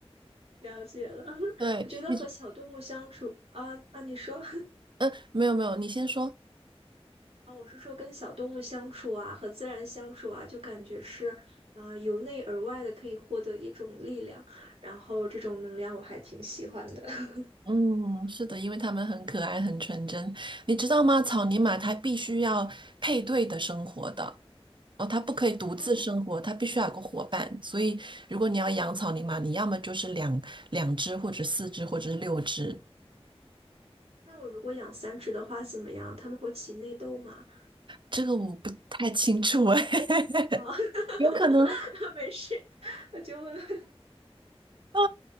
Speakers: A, on the right; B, on the right.
A: 了解了。<laughs>
B: 对你，
A: 我觉得和小动物相处啊啊，你说 <laughs>
B: 嗯，没有没有，你先说。
A: 啊，我是说跟小动物相处啊，和自然相处啊，就感觉是啊、由内而外的可以获得一种力量，然后这种能量我还挺喜欢的。<laughs>
B: 嗯，是的，因为它们很可爱，很纯真。你知道吗？草泥马它必须要配对的生活的。哦，它不可以独自生活，
A: 哦，
B: 它必须要有个伙伴。所以，如果你要养草泥马，你要么就是两两只，或者四只，或者是六只。
A: 那我如果养三只的话怎么样？它们会起内斗吗？
B: 这个我不太清楚哎，
A: 啊、<laughs>
B: <laughs> 有可能
A: 没事，我就问。<laughs>
B: 啊，